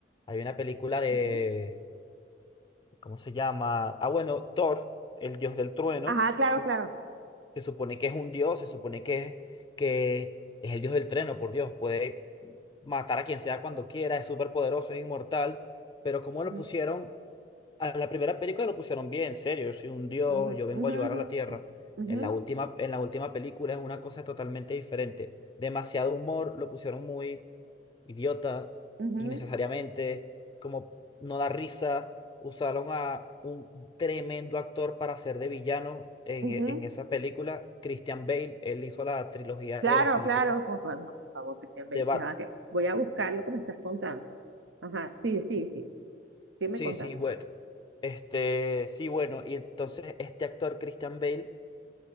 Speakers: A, on the left (about 25°); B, on the right (about 75°).
A: hay una película de,
B: ujú.
A: ¿cómo se llama? Ah, bueno, Thor, el dios del trueno.
B: Ajá, claro,
A: Sí,
B: claro.
A: se supone que es un dios, se supone que, que es el dios del treno, por Dios. Puede matar a quien sea cuando quiera, es súper poderoso, es inmortal. Pero como
B: Ujú,
A: lo pusieron a la primera película lo pusieron bien, en serio, yo soy un dios,
B: ujú,
A: yo vengo
B: ujú,
A: a ayudar a la Tierra.
B: ujú,
A: En la última, en la última película es una cosa totalmente diferente. Demasiado humor, lo pusieron muy idiota,
B: ujú,
A: innecesariamente, como no da risa. Usaron a un tremendo actor para ser de villano en,
B: ujú,
A: e-
B: ujú,
A: en esa película, Christian Bale, él hizo la trilogía
B: Claro,
A: de las películas
B: claro, por, fa- no, por favor, Cristian, Bale,
A: de Bat.
B: ya va que voy a buscar lo que me estás contando. Ajá, sí, sí, sí, sígueme
A: Sí,
B: contando.
A: sí, bueno. Este, sí, bueno, y entonces este actor, Christian Bale,